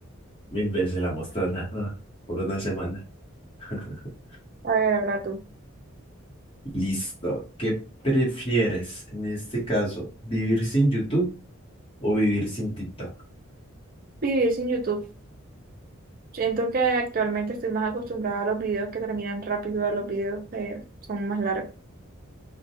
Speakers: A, on the left; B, on the right.
A: Mil veces la mostaza, ah, por una semana. <laughs>
B: A ver, ahora tú.
A: Listo. ¿Qué prefieres en este caso? ¿Vivir sin YouTube o vivir sin TikTok?
B: Vivir sin YouTube. Siento que actualmente estoy más acostumbrada a los videos que terminan rápido, a los videos que son más largos.